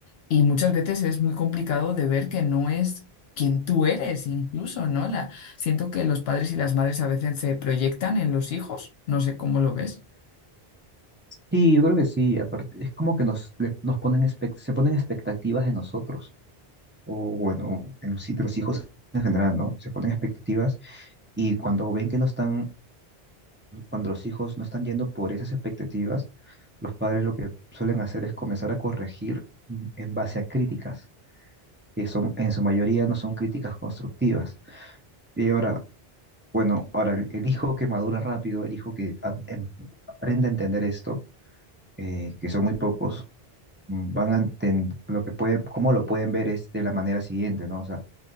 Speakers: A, on the left (about 75°); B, on the right (about 15°).
A: y muchas veces es muy complicado de ver que no es quien tú eres, incluso, ¿no? La, siento que los padres y las madres a veces se proyectan en los hijos, no sé cómo lo ves.
B: Sí, yo creo que sí. Aparte, es como que nos, le- nos ponen expec- se ponen expectativas de nosotros, o bueno, en los, sí, de los hijos en general, ¿no? Se ponen expectativas y cuando ven que no están Cuando los hijos no están yendo por esas expectativas, los padres lo que suelen hacer es comenzar a corregir mm, en base a críticas, que son, en su mayoría no son críticas constructivas. Y ahora, bueno, ahora el, el hijo que madura rápido, el hijo que a- em- aprende a entender esto, eh, que son muy pocos, mm, van a entender lo que puede, cómo lo pueden ver es de la manera siguiente, ¿no? O sea,